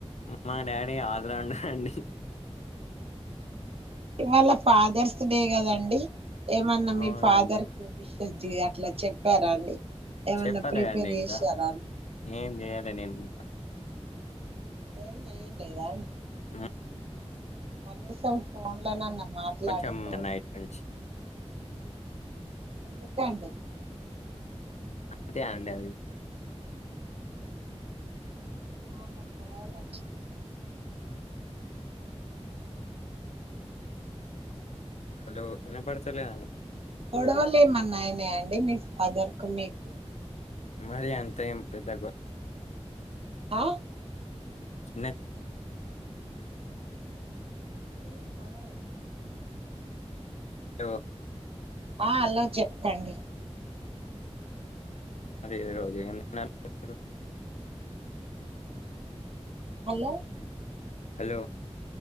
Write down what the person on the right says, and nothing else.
ఇవాళ ఫాదర్స్ డే కదండి ఏమన్నా మీ
ఫాదర్ సజ్జి అట్లా చెప్పారా అండి ఏమన్నా
ప్రిపేర్
చేసారా
ఏ ఏం లేదా
కనీసం ఫోన్లోనన్న మాట్లాడింద
ఎంతకంట
ఆన్న గొడవలు వచ్చ
గొడవలు ఏమన్నా అయినాయా అండి మీ ఫాదర్ కు మీకు
హా
చెప్పాలా వద్దా
ఆ అలో చెప్పండి
హలో